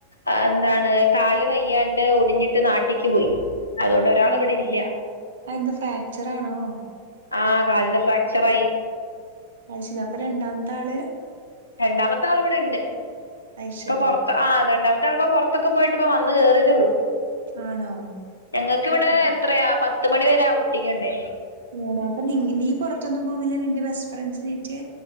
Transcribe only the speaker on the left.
ആഹ് എന്താണ് കാല് വയ്യാണ്ട് ഒടിഞ്ഞിട്ട് നാട്ടിക്ക് പോയി അതുകൊണ്ട് ഒരാൾ
ഇവിടെ ഇല്ല
ആഹ് കാലിന് ഫ്രാക്ചർ ആയി
രണ്ടാമത്താളിവിടെണ്ട്
ഇപ്പൊ
പൊറത്ത് ആ രണ്ടാമത്താളിപ്പോ പൊറ ത്തൊക്കെ പോയിട്ട്പ്പ വന്ന് കേറിയതേ ഉള്ളു
ഞങ്ങൾക്കിവിടെ
എത്രയാ പ ത്ത് മണിവരെ ഔട്ടിംഗിണ്ട്